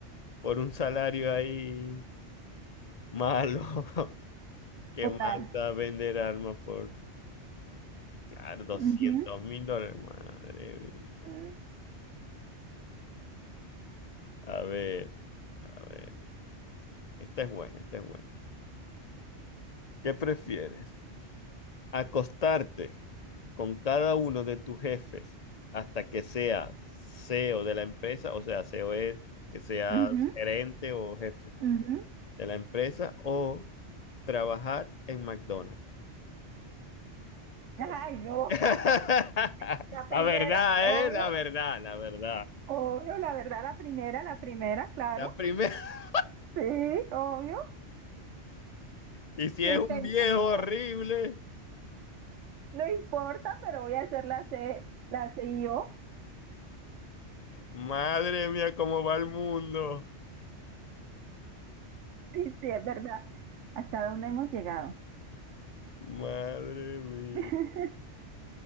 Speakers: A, on the left (about 45°); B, on the right (about 80°).
A: por un salario ahí malo, <laughs> que
B: Total.
A: manda a vender armas por Claro, doscientos
B: Ujú,
A: mil dólares, madre mía.
B: mm,
A: A ver, a ver. Esta es buena, esta es buena. ¿Qué prefieres? ¿Acostarte con cada uno de tus jefes hasta que seas CEO de la empresa? O sea, CEO es que seas
B: ujú,
A: gerente o jefe
B: ujú.
A: de la empresa o trabajar en McDonald's. Es-
B: Ay, no,
A: <laughs>
B: <laughs> la
A: La
B: primera,
A: verdad,
B: obvio,
A: ¿eh? La verdad, la verdad.
B: obvio, la verdad, la primera, la primera, claro,
A: La primera. <laughs>
B: sí, obvio,
A: Y si
B: sin
A: es un
B: pensarlo,
A: viejo horrible.
B: no importa, pero voy a hacer la C, la CIO,
A: Madre mía, ¿cómo va el mundo?
B: sí, sí, es verdad, hasta dónde hemos llegado,
A: Madre mía.
B: <laughs>